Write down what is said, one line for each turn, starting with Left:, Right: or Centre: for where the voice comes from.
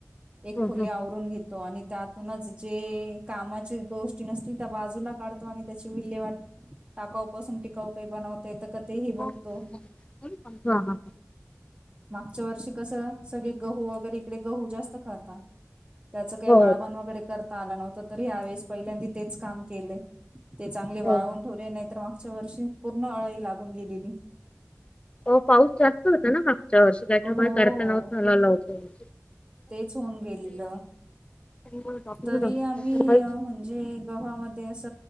Right: एक खोली
Left: हम्म.
Right: आवरून घेतो आणि त्यातूनच जे कामाचे गोष्टी नसतील त्या बाजूला काढतो आणि त्याची विल्हे वाट टाकाऊ पासून टिकाऊ काही बनवता येत का ते ही बघतो.
Left: हा हा
Right: मागच्या वर्षी कस सगळे गहू वगैरे इकडे गहू जास्त खाता त्याच काही
Left: हो
Right: वाळवण वगैरे कर आला नव्हता तरी यावेेळेस पहिल्यांदी तेच काम केले ते चांगले वाळून
Left: हो
Right: नाही तर मागच्या वर्षी पूर्ण अळई लागून गेलेली
Left: हो पाऊस जास्त होता ना मागच्या वर्षी त्याच्या
Right: हो
Left: मुळे करता नव्हतं आलं <unintelligible>
Right: तेच होऊन गेलीलं
Left: त्यामुळे डॉक्टर
Right: तरी
Left: म्हणतात,
Right: आम्ही
Left: त्यामुळे-
Right: म्हणजे गव्हामध्ये अस